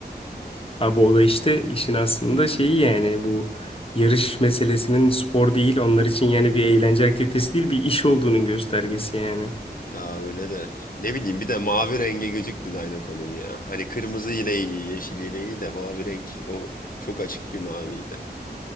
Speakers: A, on the left; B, on the left.
A: Abi o da işte işin aslında şeyi yani bu yarış meselesinin spor değil onlar için yani bir eğlence aktivitesi değil bir iş olduğunun göstergesi yani.
B: Ya öyle de ne bileyim bir de mavi rengi gözüktü Dinoco'nun ya. Hani kırmızı yine iyi, yeşil yine iyi de mavi renk o çok açık bir maviydi.